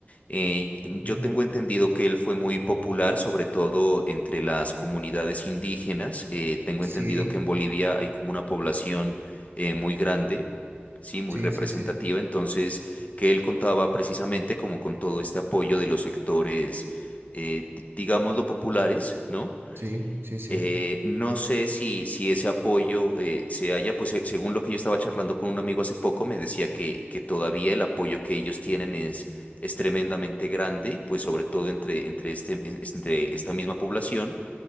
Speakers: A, on the left; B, on the right.
A: eh,
B: Ujú.
A: yo tengo entendido que él fue muy popular, sobre todo entre las comunidades indígenas. Eh, tengo
B: Sí,
A: entendido que en Bolivia hay como una población eh, muy grande, sí, muy
B: sí,
A: representativa.
B: sí, sí,
A: Entonces, que él contaba precisamente como con todo este apoyo de los sectores, eh, di- digámoslo, populares, ¿no?
B: sí, sí, sí.
A: Eh, no sé si, si ese apoyo eh, se haya pues se- según lo que yo estaba charlando con un amigo hace poco, me decía que, que todavía el apoyo que ellos tienen es, es tremendamente grande, pues sobre todo entre, entre, este, en- entre esta misma población,